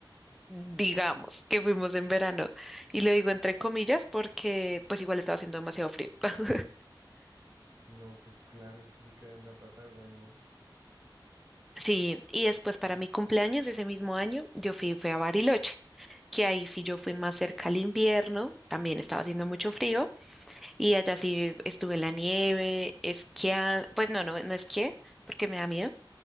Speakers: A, in the centre; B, on the right.
A: Digamos que fuimos en verano. Y lo digo entre comillas porque pues igual estaba haciendo demasiado frío. <laughs>
B: no, pues claro, es que eso queda en la Patagonia.
A: Sí, y después para
B: Mm.
A: mi cumpleaños de ese mismo año, yo fui, fui a Bariloche, que ahí sí yo fui más cerca al invierno, también estaba haciendo mucho frío. Y allá sí estuve en la nieve, esquiando, pues no, no, no esquié porque me da miedo,